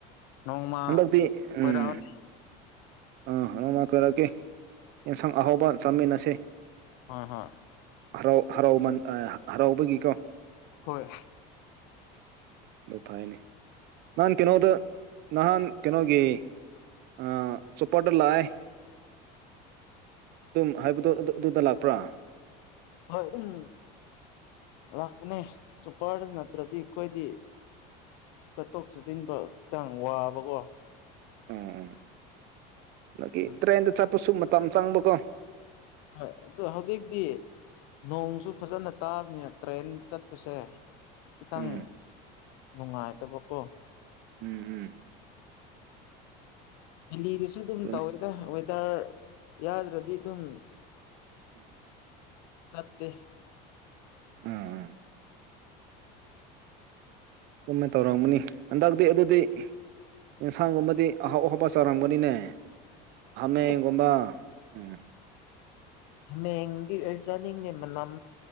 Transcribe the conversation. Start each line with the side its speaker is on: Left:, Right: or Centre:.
Left: ꯅꯣꯡꯃ
Right: ꯍꯟꯗꯛꯇꯤ
Left: ꯀꯣꯏꯔꯛꯑꯣꯅꯦ
Right: ꯎꯝ ꯑꯥ ꯑꯗꯨꯃꯥꯏ ꯀꯧꯔꯛꯀꯦ ꯌꯦꯟꯁꯪ ꯑꯍꯥꯎꯕ ꯆꯥꯃꯤꯟꯅꯁꯤ
Left: ꯍꯣꯏ ꯍꯣꯏ
Right: ꯍꯔꯥꯎ ꯍꯔꯥꯎꯃꯟ ꯑ ꯍꯔꯥꯎꯕꯒꯤꯀꯣ
Left: ꯍꯣꯏ
Right: <unintelligible> ꯅꯥꯍꯟ ꯀꯩꯅꯣꯗ ꯅꯍꯥꯟ ꯀꯩꯅꯣꯒꯤ ꯑ ꯆꯣꯄ꯭ꯔꯗ ꯂꯥꯛꯑꯦ ꯑꯗꯨꯝ ꯍꯥꯏꯕꯗꯣ ꯑꯗꯨ ꯑꯗꯨꯗ ꯂꯥꯛꯄ꯭ꯔꯥ
Left: ꯍꯣꯏ ꯑꯗꯨꯝ ꯂꯥꯛꯄꯅꯦ ꯆꯣꯞꯄ꯭ꯔꯗ ꯅꯠꯇ꯭ꯔꯗꯤ ꯑꯩꯈꯣꯏꯗꯤ ꯆꯠꯊꯣꯛ ꯆꯠꯗꯤꯡꯗꯣ ꯈꯤꯇꯪ ꯋꯥꯕꯀꯣ
Right: ꯑꯥ ꯑꯥ ꯑꯗꯒꯤ
Left: ꯑꯗꯨ
Right: ꯇ꯭ꯔꯦꯟꯗ ꯆꯠꯄꯁꯨ ꯃꯇꯝ ꯆꯪꯕꯀꯣ
Left: ꯍꯣꯏ ꯑꯗꯣ ꯍꯧꯖꯤꯛꯇꯤ ꯅꯣꯡꯁꯨ ꯐꯖꯅ ꯇꯥꯕꯅꯤꯅ ꯇ꯭ꯔꯦꯟ ꯆꯠꯄꯁꯦ ꯈꯤꯇꯪ
Right: ꯎꯝ
Left: ꯅꯨꯡꯉꯥꯏꯇꯕ ꯀꯣ
Right: ꯎꯝ ꯎꯝ
Left: ꯍꯤꯂꯤꯗꯁꯨ ꯑꯗꯨꯝ
Right: ꯑꯗꯨꯅꯤ
Left: ꯇꯧꯋꯦꯗ ꯋꯦꯗꯔ ꯌꯥꯗ꯭ꯔꯗꯤ ꯑꯗꯨꯝ
Right: ꯎꯝ
Left: ꯆꯠꯇꯦ
Right: ꯎꯝ ꯎꯝ ꯑꯗꯨꯃꯥꯏꯅ ꯇꯧꯔꯝꯒꯅꯤ ꯍꯟꯗꯛꯇꯤ ꯑꯗꯨꯗꯤ ꯌꯦꯟꯁꯥꯡꯒꯨꯝꯕꯗꯤ ꯑꯍꯥꯎ ꯑꯍꯥꯎꯕ ꯆꯥꯔꯝꯒꯅꯤꯅꯦ ꯍꯥꯃꯦꯡꯒꯨꯝꯕ
Left: ꯑꯁ
Right: ꯎꯝ
Left: ꯍꯥꯃꯦꯡꯗꯤ ꯑꯩ ꯆꯥꯅꯤꯡꯗꯦ ꯃꯅꯝ